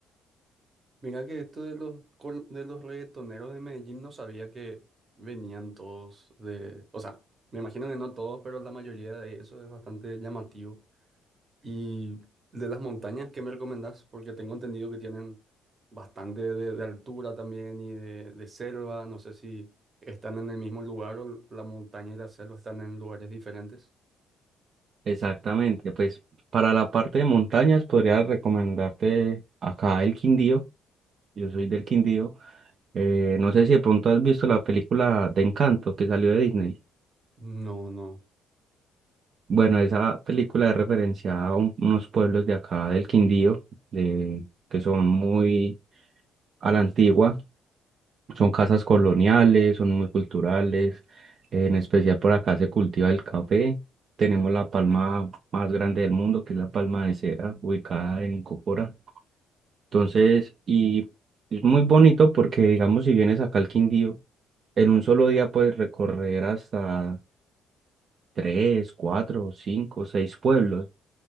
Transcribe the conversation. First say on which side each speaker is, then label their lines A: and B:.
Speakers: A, on the right; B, on the right.
A: Mira que esto de los, col- de los reggaetoneros de Medellín no sabía que venían todos de... O sea, me imagino que no todos, pero la mayoría de eso es bastante llamativo. Y de las montañas, ¿qué me recomendás? Porque tengo entendido que tienen bastante de, de altura también y de, de selva. No sé si están en el mismo lugar o la montaña y la selva están en lugares diferentes.
B: Exactamente, pues para la parte de montañas podría recomendarte acá el Quindío. Yo soy del Quindío. Eh, no sé si de pronto has visto la película de Encanto que salió de Disney.
A: No, no.
B: Bueno, esa película es referencia a un- unos pueblos de acá del Quindío, de, que son muy a la antigua. Son casas coloniales, son muy culturales, en especial por acá se cultiva el café. Tenemos la palma más grande del mundo, que es la palma de cera, ubicada en Cocora. Entonces, y es muy bonito porque, digamos, si vienes acá al Quindío, en un solo día puedes recorrer hasta tres, cuatro, cinco, seis pueblos,